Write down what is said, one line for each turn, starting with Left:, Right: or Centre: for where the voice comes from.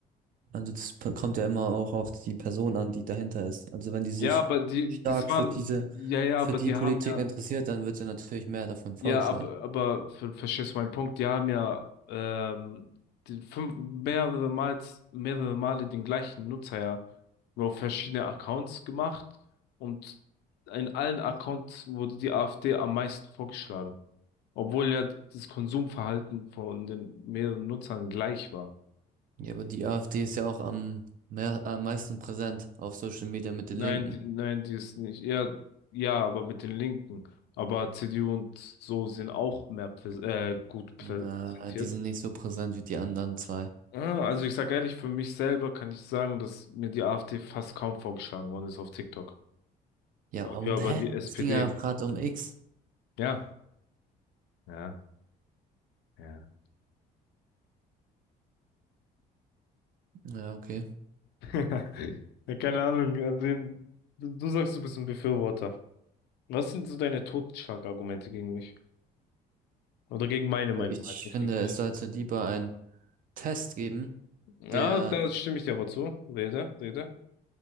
Right: also das p- kommt ja immer auch auf die Person an, die dahinter ist. Also wenn die sich
Left: Ja, aber die,
Right: stark
Left: das waren,
Right: für diese,
Left: ja, ja,
Right: für
Left: aber
Right: die
Left: die
Right: Politik
Left: haben ja,
Right: interessiert, dann wird ja natürlich mehr davon vorgeschlagen.
Left: ja, aber, aber ver- verstehst du meinen Punkt? Die haben ja ähm, die fünf, mehrere Mal, mehrere Male den gleichen Nutzer ja nur auf verschiedene Accounts gemacht und in allen Accounts wurde die AfD am meisten vorgeschlagen. Obwohl ja das Konsumverhalten von den mehreren Nutzern gleich war.
Right: Ja, aber die AfD ist ja auch am, mehr, am meisten präsent auf Social Media mit den
Left: Nein,
Right: Linken.
Left: die, nein, die ist nicht. Ja, ja, aber mit den Linken. Aber CDU und so sind auch mehr präs äh, gut präsentiert.
Right: Na, die sind nicht so präsent wie die anderen zwei.
Left: Ja, also ich sage ehrlich, für mich selber kann ich sagen, dass mir die AfD fast kaum vorgeschlagen worden ist auf TikTok.
Right: Ja,
Left: Dafür
Right: und
Left: aber
Right: hä?
Left: die SPD.
Right: Es ging ja auch gerade um X.
Left: Ja, ja, ja.
Right: Ja, okay.
Left: <laughs> Ja, keine Ahnung. Also, du, du sagst, du bist ein Befürworter. Was sind so deine Totschlagargumente gegen mich? Oder gegen meine Meinung
Right: Ich
Left: halt, nicht
Right: finde,
Left: gegen mich.
Right: es sollte lieber ein Test geben,
Left: Ja,
Right: der,
Left: da stimme ich dir aber zu. Rede, rede.